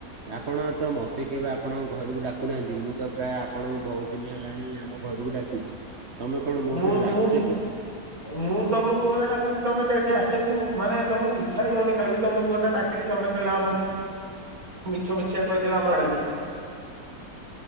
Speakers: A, on the right (about 45°); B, on the right (about 75°).
A: ଆପଣ ତ ମତେ କେବେ ଆପଣଙ୍କ ଘରକୁ ଡାକୁନାହାନ୍ତି, ମୁଁ ତ ପ୍ରାୟ ଆପଣଙ୍କୁ ବହୁତ ବହୁତ୍ ଦିନ ହେଲାଣି ଆମ ଘରକୁ ଡାକୁଛି ତମେ କଣ ମୋ
B: ମୁଁ
A: ଉପରେ
B: ମୁଁ।
A: ରାଗିଛ କି?
B: ମୁଁ ତମକୁ ବହେ ଡାକୁଛି ତମେ ତ ଏଠି ଆସିଵାକୁ ମାନେ ତମକୁ ଇଛା ହିଁ ହଉନି କାଲି ତମକୁ ଗୋଟେ ଦେଲି ତମେ କହିଲା ମିଛମିଛିଆ କହିଦେଲ ଆମର ହେଲାନି